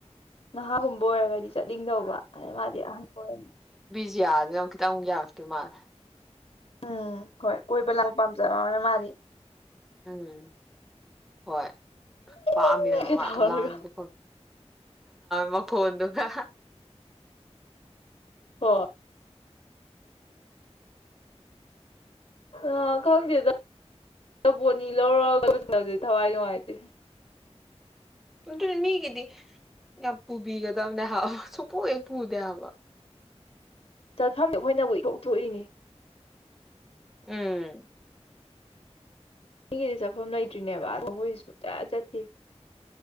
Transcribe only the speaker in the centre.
ꯌꯥꯗ ꯃ ꯀꯇ ꯑ ꯌꯥꯇ ꯃꯥꯔ
ꯎꯝ ꯍꯣꯏ ꯋꯥꯃꯦ
ꯋꯥ
ꯂꯥꯡꯗ ꯃ ꯀꯗꯨꯒ
ꯑꯗꯨꯅꯤ ꯃꯤꯒꯤꯗꯤ ꯌꯥꯝ ꯄꯨꯕꯤꯒꯗꯕꯅꯦ ꯍꯥꯏꯕ ꯁꯨꯡꯄꯣꯛ ꯍꯦꯛ ꯄꯨꯗꯦ ꯍꯥꯏꯕ
ꯎꯝ